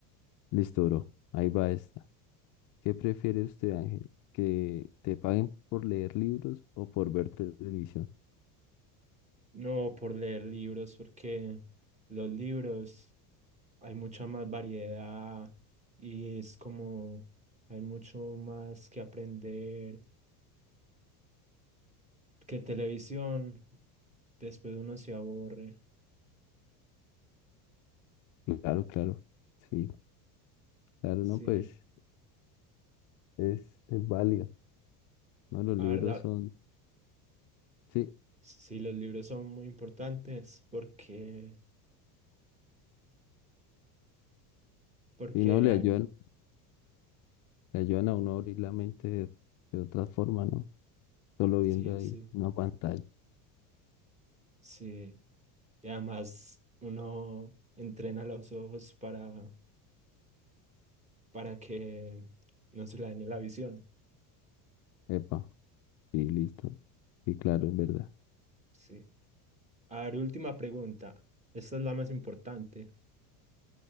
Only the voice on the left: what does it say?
listo, bro, ahí va esto. ¿Qué prefiere usted, Ángel? ¿Que te paguen por leer libros o por ver televisión?
Claro, claro. Sí, claro,
no, pues es, es válido. No, los
libros
son, sí,
y no le
ayudan, le ayudan a uno a abrir la mente de, de otra forma, ¿no? Solo viendo
ahí
una pantalla.
Epa, y listo. Sí, claro, es verdad.